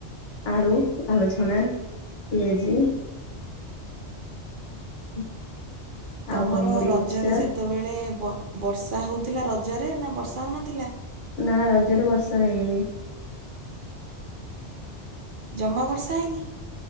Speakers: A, on the left (about 85°); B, on the right (about 55°).
A: ଆଳୁ ଆଳୁ ଛଣା, ପିଆଜି। <inaudible>
B: ତମର
A: କମୁଡି
B: ରଜରେ
A: ମିକ୍ସଚର
B: ସେତେବେଳେ ବର୍ଷା ହଉଥିଲା ରଜରେ ନା ବର୍ଷା ହଉନଥିଲା?
A: ନା ରଜରେ ବର୍ଷା ହେଇନି।
B: ଜମା ବର୍ଷା ହେଇନି?